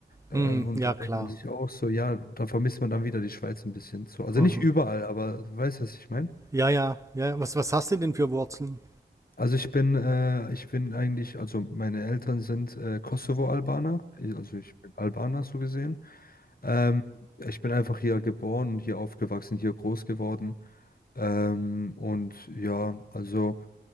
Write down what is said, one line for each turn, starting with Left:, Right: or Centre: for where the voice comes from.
Left: Äh,
Right: mhm,
Left: und
Right: ja,
Left: dann
Right: klar.
Left: denkt man sich auch so, ja, da vermisst man dann wieder die Schweiz ein bisschen so. Also
Right: Mhm.
Left: nicht überall, aber du weißt, was ich meine?
Right: Ja, ja, ja, was, was hast du denn für Wurzeln?
Left: Also ich bin, äh, ich bin eigentlich, also meine Eltern sind äh, Kosovo-Albaner, Ich- also ich bin Albaner so gesehen. Ähm, ich bin einfach hier geboren und hier aufgewachsen, hier groß geworden. Ähm, und ja, also